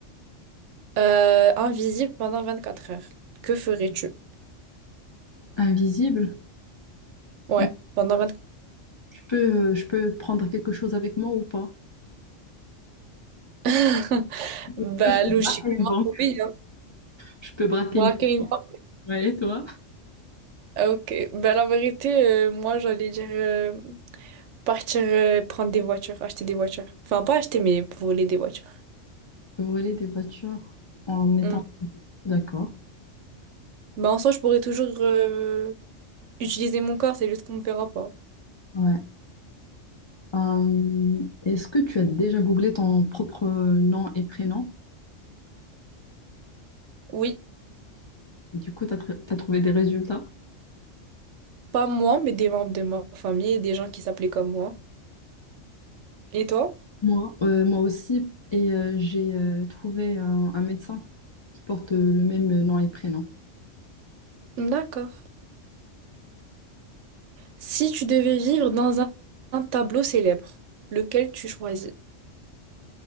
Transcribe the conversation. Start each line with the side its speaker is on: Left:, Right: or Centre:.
Right: euh, invisible pendant vingt-quatre heures, que ferais-tu?
Left: Invisible?
Right: Ouais,
Left: Mais
Right: pendant vingt-quatre
Left: Je peux, je peux prendre quelque chose avec moi ou pas?
Right: heures. <laughs>
Left: Je
Right: Bah,
Left: peux, je peux
Right: logiquement,
Left: braquer une banque.
Right: oui,
Left: Je peux braquer
Right: Braquer
Left: une
Right: une
Left: banque.
Right: banque?
Left: Ouais, et toi?
Right: Ah, Ok. Ben, la vérité, euh, moi, j'allais dire euh, partir euh, prendre des voitures, acheter des voitures. Enfin, pas acheter, mais voler des voitures.
Left: Voler des voitures en étant
Right: Hmm.
Left: d'accord.
Right: Ben, en soi, je pourrais toujours euh, utiliser mon corps, c'est juste qu'on me verra pas.
Left: Ouais. Euh, est-ce que tu as déjà googlé ton propre nom et prénom
Right: Oui,
Left: et du coup, tu as trouvé des résultats?
Right: pas moi, mais des membres de ma famille et des gens qui s'appelaient comme moi. Et toi?
Left: Moi, euh, moi aussi, et euh, j'ai euh, trouvé un, un médecin qui porte euh, le même euh, nom et prénom.
Right: D'accord. Si tu devais vivre dans un, un tableau célèbre, lequel tu choisis?